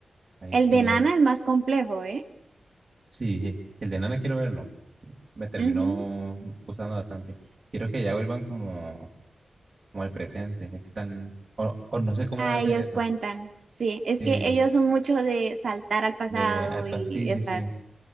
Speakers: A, on the right; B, on the right.
A: Ahí
B: el
A: sí,
B: de Nana es más complejo, ¿eh?
A: sí, el de Nana quiero verlo. Me terminó
B: Ujú.
A: gustando bastante. Quiero que ya vuelvan como, como al presente. Es que están, o, o no sé cómo
B: Ah,
A: va a ser
B: ellos
A: eso.
B: cuentan, sí, es
A: Sí,
B: que ellos son mucho de saltar al pasado
A: de, ah, pa-
B: y
A: sí, sí,
B: estar,
A: sí.